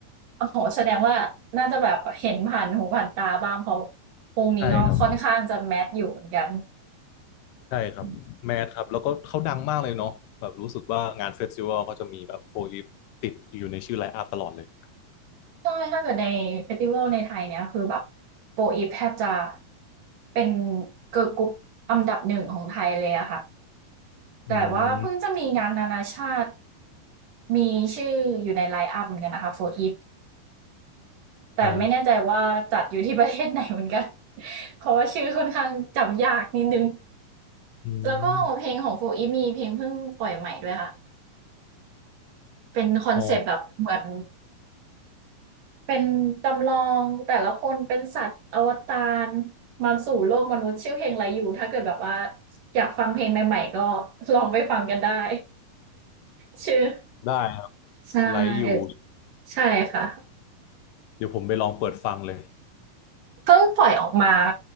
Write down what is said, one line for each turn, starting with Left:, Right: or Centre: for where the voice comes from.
Right: โอ้โหแสดงว่าน่าจะแบบเห็นผ่านหูผ่านตาบ้างเพราะวงนี้ก็ค่อนข้างจะแมสอยู่เหมือนกัน
Left: ใช่ครับใช่ครับแมทครับแล้วก็เขาดังมากเลยเนาะแบบรู้สึกว่างานเฟสติวัลเขาจะมีแบบโฟอีฟติดอยู่ในชื่อไลน์อัพตลอดเลย
Right: อืมใช่ถ้าเกิดในเฟสติวัลในไทยเนี่ยคือแบบโฟอีฟแทบจะเป็น Girl กรลกรุ๊ปอันดับหนึ่งของไทยเลยอะค่ะแต่ว่าเพิ่งจะมีงานนานาชาติ
Left: อืม
Right: มีชื่ออยู่ในไลน์อัพเหมือนกันนะคะโฟอีฟ แต่ไม่แน่ใจว่าจัดอยู่ที่ประเทศไหนเหมือนกัน
Left: อ๋อ
Right: <laughs> เพราะว่าชื่อค่อนข้างจำยากนิดนึง
Left: อืม
Right: แล้วก็เพลงของโฟอีฟมีเพลงเพิ่งปล่อยใหม่ด้วยค่ะเป็นคอนเซปต์แบบเหมือน
Left: อ๋อ
Right: เป็นจำลองแต่ละคนเป็นสัตว์อวตารมาสู่โลกมนุษย์ชื่อเพลงไรอยู่ถ้าเกิดแบบว่าอยากฟังเพลงใหม่ๆก็ลองไปฟังกันได้ <laughs> ชื่อ
Left: ได้ครับ
Right: ใช่
Left: ไลฟ์อยู่
Right: ใช่ค่ะ
Left: เดี๋ยวผมไปลองเปิดฟังเลย
Right: เพิ่งปล่อยออกมา